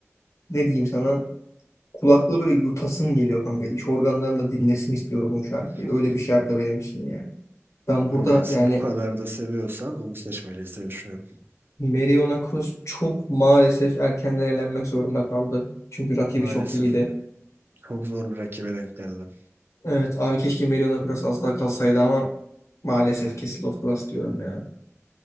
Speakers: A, on the left; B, on the right.
A: ne diyeyim sana? Kulaklığı böyle yutasım geliyor kanka. İç organlarım da dinlesin istiyorum o şarkıyı.
B: <laughs>
A: Öyle bir şarkı benim için yani. Ben burada
B: Öyleyse
A: yani
B: bu kadar da seviyorsan onu seçmeliyiz diye düşünüyorum.
A: Meriona Cross çok maalesef erkenden elenmek zorunda kaldı. Çünkü rakibi
B: Maalesef
A: çok iyiydi.
B: çok zor bir rakibe denk geldim.
A: Evet abi keşke Mariona Cross az daha kalsaydı ama maalesef kesildi of the Last diyorum ya.